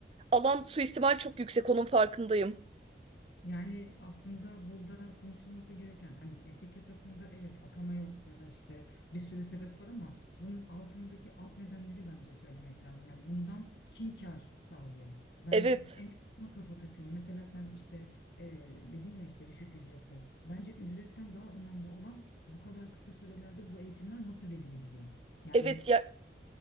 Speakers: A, on the right; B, on the left.
A: alan suistimal çok yüksek onun farkındayım.
B: Yani aslında burada konuşulması gereken hani meslek yasasında evet atama yok ya da işte bir sürü sebep var ama bunun altındaki alt nedenleri bence söylemek lazım. Yani bundan kim kar sağlıyor? Ben
A: Evet.
B: en çok buna kafa takıyorum. Mesela sen işte e, dedin ya işte düşük ücretli. Bence ücretten daha önemli olan bu kadar kısa sürelerde bu eğitimler nasıl verilebiliyor? Yani
A: Evet ya